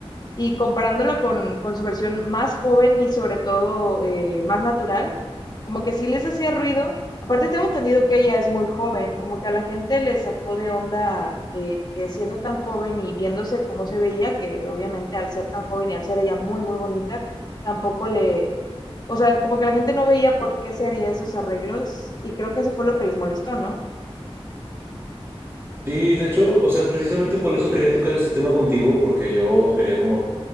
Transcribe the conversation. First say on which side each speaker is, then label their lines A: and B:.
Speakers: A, on the left; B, on the right.
A: y comparándola con, con su versión más joven y sobre todo eh, más natural, como que sí les hacía ruido. Aparte tengo entendido que ella es muy joven, como que a la gente le sacó de onda eh, que siendo tan joven y viéndose cómo se veía, que obviamente al ser tan joven y al ser ella muy, muy bonita, tampoco le, o sea, como que la gente no veía por qué se haría esos arreglos y creo que eso fue lo que les molestó, ¿no?
B: Sí, de hecho, o sea, precisamente por eso quería tocar este tema contigo, porque yo quería como